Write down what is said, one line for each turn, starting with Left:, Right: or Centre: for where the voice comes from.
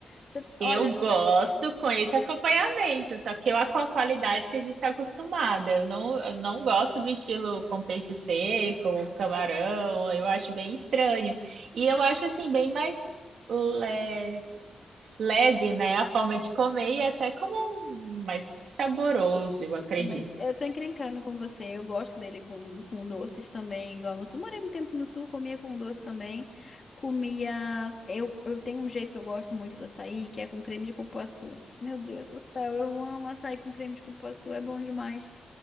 Left: Você, olha.
Right: Eu gosto com esse acompanhamento, só que eu com a qualidade que a gente está acostumada. Eu não, eu não gosto do estilo com peixe seco, camarão, eu acho bem estranho. E eu acho assim, bem mais le- leve, né? A forma de comer e até como um- mais saboroso, eu acredito.
Left: Mas eu tô encrencando com você. Eu gosto dele com, com doces também, igual no sul. Morei muito tempo no sul, comia com doce também. Comia. Eu, eu tenho um jeito que eu gosto muito do açaí, que é com creme de cupuaçu. Meu Deus do céu, eu amo açaí com creme de cupuaçu, é bom demais.